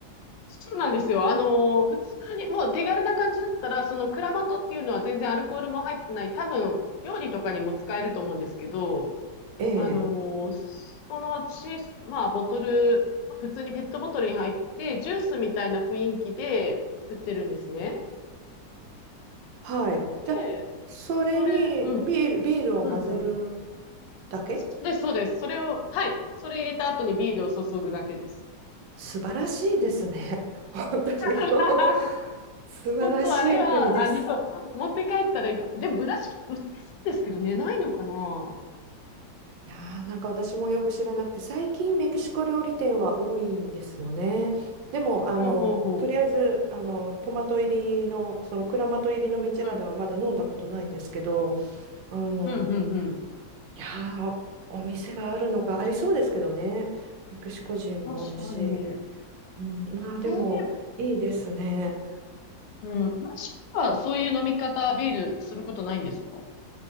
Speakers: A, on the left; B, on the right.
A: そうなんですよ。あのー普通に、もう手軽な感じだったら、そのクラマトっていうのは全然アルコールも入ってない、多分、料理とかにも使えると思うんですけど、
B: ええ。
A: あのーその小さ、まあ、ボトル、普通にペットボトルに入って、ジュースみたいな雰囲気で売ってるんですね。
B: はい。
A: で、
B: じゃあ、それにビール、
A: それ、うん。
B: ビールを混ぜる
A: うんうん。
B: だけ
A: そうです、そうです。それを、はい。それ入れた後にビールを注ぐだけです。
B: 素晴らしいですね。<laughs> 本当にもう
A: <laughs>
B: 素晴らしい国です。
A: 本当あれは、あの、持って帰ったらいいか。でも、ブラシ売ってそうですけどね、ないのかなほ
B: いやーなんか私もよく知らなくて、最近メキシコ料理店は多いんですよね。でも、あの、
A: うほうほう。
B: とりあえず、あの、トマト入りの、そのクラマト入りのミチェラーダはまだ飲んだことないんですけど、
A: うん、
B: あの、
A: うん、うん、うん。
B: いやーお店があるのがありそうですけどね。メキシコ人も多いし。
A: 確かに。え
B: うん、まあでも、
A: ー、
B: いいですね。
A: うん。ブラシはそういう飲み方、ビールすることないんですか